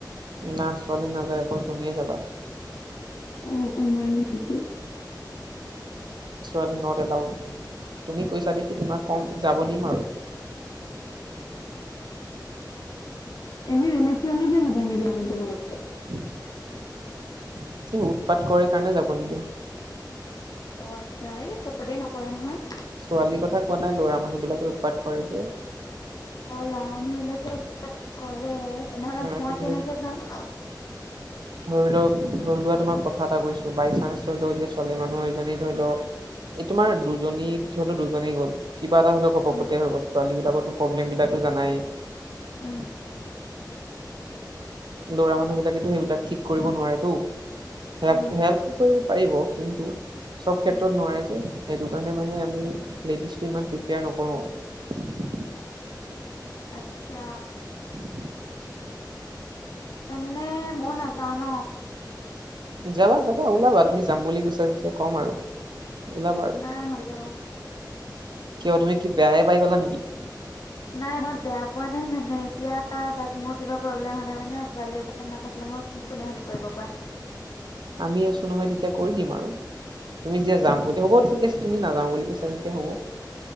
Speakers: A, on the right; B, on the left.
A: না ছোৱালী নাযায় অকল তুমিয়ে যাবা।
B: অ' অকণ ময়ে নে নেকি।
A: ছোৱালী নট এলাউড। তুমি কৈছা দেখি তোমাক কম যাব দিম আৰু।
B: এনে বেলেগ ছোৱালী কিয় <unintelligible>
A: এই, উৎপাত কৰে কাৰণে যাব নিদো।
B: অ', আচ্ছা, এই চবতে নকৰে নহয়।
A: ছোৱালীৰ কথা, কোৱা নাই ল'ৰা মানুহ বিলাকে উৎপাত কৰাই যে।
B: অ', ল'ৰা মানুহ বিলাকে উৎপাত কৰে, তেনেহলে
A: আকৌ
B: মই
A: ধৰি
B: কেনেকে যাম।
A: ধৰি লওক, ধৰি লোৱা তোমাক কথা এটা কৈছো, বাই চানস ধৰি লও এতিয়া ছোৱালী মানুহ এজনী ধৰি লওক এই তোমাৰ দুজনী ধৰি লও দুজনী গ'ল কিবা এটা হৈতো ঘপকে
B: উম
A: হৈ গল, ছোৱালী বিলাকৰতো প্ৰব্লেম বিলাকতো জানাই
B: উম,
A: ত' লৰা মানুহ বিলাকেতো সেইবিলাক ঠিক কৰিব নোৱাৰেটো। হেল্প
B: উম
A: -হেল্পটো কৰিব পাৰিব কিন্তু, চব ক্ষেত্ৰত
B: উম
A: নোৱাৰে যে, সেইটো কাৰণে মানে আমি লেডিজ টো ইমান প্ৰিপেয়াৰ নকৰো।
B: আচ্ছা
A: <unintelligible>
B: তেনে মই নাযাওঁ ন,
A: যাবা, যাবা, ওলাবা, তুমি যাম বুলি কৈছা যেতিয়া ক'ম আৰু ওলাবা আৰু,
B: নাই হ'লেও
A: কিয়? তুমি কি বেয়াই পাই গলা নেকি?
B: নাই মই বেয়া পোৱা নাই মানে, এতিয়া তাত মোৰ কিবা প্ৰব্লেম হলে মানে ছোৱালী নাথাকিলে মই, কোনে হেল্প কৰিব পোৱা
A: আমি আছো নহয়, তেতিয়া কৰি দিম আৰু তুমি যেতি যাম বুলি, হ'ব ঠিক আছে তুমি নাযাম বুলি কৈছা যেয়া হ'ব।